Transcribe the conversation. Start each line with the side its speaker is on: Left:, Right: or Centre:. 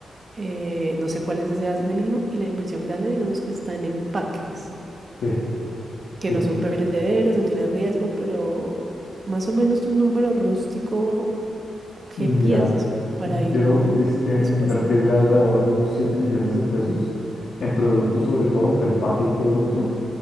Right: eh, no sé cuál es ese, ese mínimo, y la inversión grande, digamos que está en empaques,
Left: Sí,
Right: que
Left: sí.
Right: no son perecederos, no tienen riesgo, pero más o menos un número rústico, ¿qué
Left: Mira,
Right: piensas para
Left: yo
Right: irlo
Left: quiero invis- eh,
Right: presupuestando?
Left: invertirle alrededor de unos 7 millones de pesos en productos, sobre todo entre empaque y producto.